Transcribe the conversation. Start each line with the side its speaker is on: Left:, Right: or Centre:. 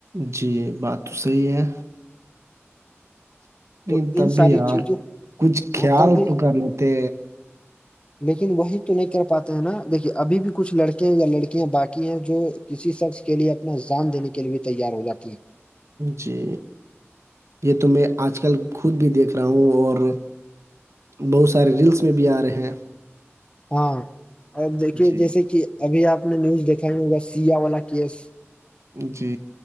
Right: جی بات تو صحیح ہے نہیں
Left: تو
Right: تب
Left: ان ساری
Right: بھی یار
Left: چیزوں
Right: کچھ خیال
Left: ہوتا بھی
Right: تو کر لیتے
Left: لیکن وہی تو نہیں کر پاتے ہیں نا دیکے ابھی بھی کچھ لڑکے ہیں یا لڑکیاں باقی ہیں جو کسی شخص کے لیے اپنا جام دینے کے لیے بھی تیار ہو جاتی ہے
Right: جی یہ تو میں آج کل خود بھی دیکھ رہا ہوں اور بہت سارے ریلس میں بھی آ رہے ہیں
Left: ہاں اور دیکھیے
Right: جی
Left: جیسے کہ ابھی آپ نے نیوز دیکھائی ہوا سیا والا کیس
Right: جی